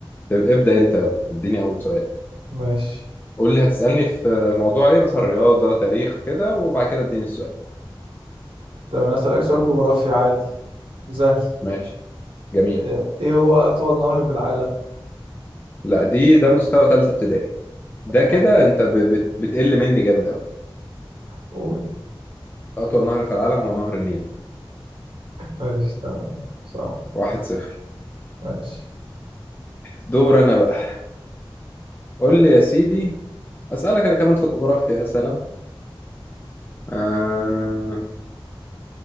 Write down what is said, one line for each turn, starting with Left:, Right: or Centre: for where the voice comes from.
Left: طب ابدأ انت يلا اديني اول سؤال
Right: ماشي
Left: قول لي هتسألني في موضوع ايه مثلا رياضة تاريخ كده وبعد كده اديني السؤال
Right: طب انا هسألك سؤال جغرافي عادي وسهل
Left: ماشي جميل
Right: ايه إيه هو اطول نهر في العالم
Left: لا دي ده مستوى ثالثة ابتدائي ده
Right: اه
Left: كده انت ب... بت... بتقل مني جامد قوي
Right: قول
Left: اطول نهر في العالم هو نهر النيل
Right: ماشي تمام صح
Left: واحد صفر
Right: ماشي
Left: دور انا بقى قول لي يا سيدي اسألك انا كمان في الجغرافيا يا سلام آه...